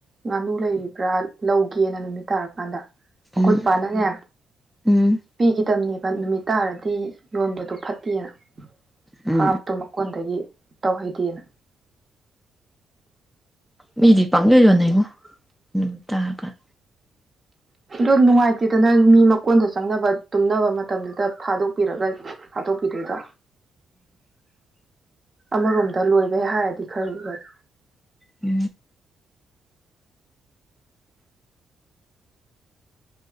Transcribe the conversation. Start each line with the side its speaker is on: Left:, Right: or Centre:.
Right: ꯉꯥꯅꯨ ꯂꯩꯔꯤꯕ꯭ꯔꯥ ꯂꯧꯒꯦꯅ ꯅꯨꯃꯤꯠ ꯇꯥꯔꯀꯥꯟꯗ ꯑꯩꯈꯣꯏ
Centre: ꯎꯝ
Right: ꯄꯥꯂꯅꯦ
Centre: ꯎꯝ
Right: ꯄꯤꯈꯤꯗꯕꯅꯦꯕ ꯅꯨꯃꯤꯠ ꯇꯔꯗꯤ ꯌꯣꯟꯕꯗꯣ ꯐꯠꯇꯦꯅ
Centre: ꯎꯝ
Right: ꯐꯥꯕꯗꯣ ꯃꯀꯣꯟꯗꯒꯤ ꯇꯧꯍꯩꯗꯦꯅ
Centre: ꯃꯤꯗꯤ ꯄꯥꯡꯌꯣꯟ ꯌꯣꯅꯩꯉꯣ ꯅꯨꯃꯤꯠ ꯇꯥꯔꯀꯥꯟ
Right: ꯑꯣ ꯅꯨꯡꯉꯥꯏꯇꯦꯗ ꯅꯪ ꯃꯤ ꯃꯀꯣꯟꯗ ꯆꯪꯅꯕ ꯇꯨꯝꯅꯕ ꯃꯇꯝꯗꯨꯗ ꯊꯥꯗꯣꯛꯄꯤꯔꯒ ꯊꯥꯠꯇꯣꯛꯄꯤꯗꯣꯏꯗꯨ ꯑꯃꯔꯣꯝꯗ ꯂꯣꯏꯕꯩ ꯍꯥꯏꯔꯗꯤ ꯈꯕ <unintelligible>
Centre: ꯎ